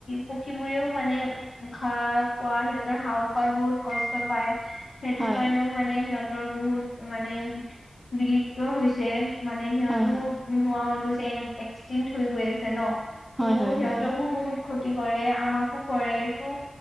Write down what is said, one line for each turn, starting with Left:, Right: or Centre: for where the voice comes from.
Left: পক্ষীবোৰেও মানে খা পোৱা সিহঁতৰ হওঁ খোৱাত বহুত কষ্ট পায়। সেইটো
Centre: হয়
Left: কাৰণেও মানে সিহঁতৰ বহুত মানে বিলুপ্ত হৈছে মানে সিহঁতো
Centre: হয় হয়।
Left: হৈ গৈ এক্সট হৈ গৈ আছে ন, ত'
Centre: হয় হয়
Left: সিহঁতকো
Centre: হয়
Left: বহুত ক্ষতি কৰে, আমাকো কৰে, তো